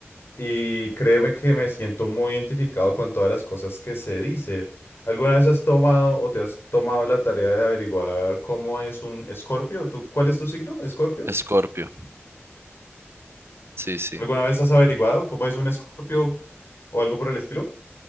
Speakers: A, on the left; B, on the right.
A: Y créeme que me siento muy identificado con todas las cosas que se dicen. ¿Alguna vez has tomado o te has tomado la tarea de averiguar cómo es un escorpio? ¿Tú, cuál es tu signo, escorpio?
B: Escorpio, sí, sí.
A: ¿Alguna vez has averiguado cómo es un escorpio o algo por el estilo?